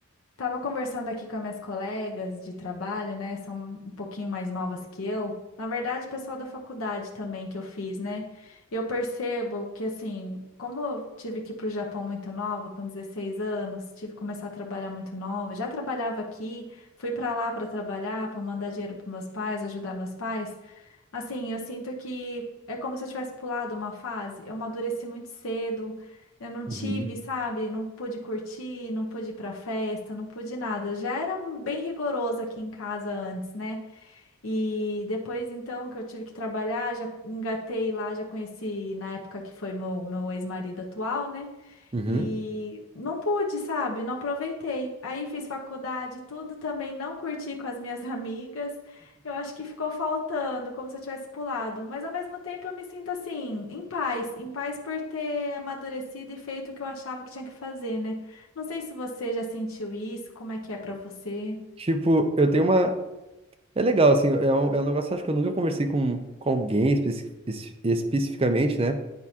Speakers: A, on the left; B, on the right.
A: Tava conversando aqui com as minhas colegas de trabalho, né? São um pouquinho mais novas que eu. Na verdade, o pessoal da faculdade também que eu fiz, né? E eu percebo que, assim, como eu tive que ir para o Japão muito nova, com 16 anos, tive que começar a trabalhar muito nova. Já trabalhava aqui, fui para lá para trabalhar, para mandar dinheiro para meus pais, ajudar meus pais. Assim, eu sinto que é como se eu tivesse pulado uma fase. Eu amadureci muito cedo. Eu não
B: Uhum.
A: tive, sabe? Não pude curtir, não pude ir pra festa, não pude nada. Já era bem rigoroso aqui em casa antes, né? E depois, então, que eu tive que trabalhar, já engatei lá, já conheci na época que foi meu, meu ex-marido atual, né?
B: Uhum.
A: E não pude, sabe? Não aproveitei. Aí fiz faculdade, tudo também não curti com as minhas <laughs> amigas. Eu acho que ficou faltando, como se eu tivesse pulado. Mas ao mesmo tempo eu me sinto assim, em paz, em paz por ter amadurecido e feito o que eu achava que tinha que fazer, né? Não sei se você já sentiu isso, como é que é pra você?
B: Tipo, eu tenho uma. É legal, assim, é um, é um negócio acho que eu nunca conversei com, com alguém especi- es- especificamente, né?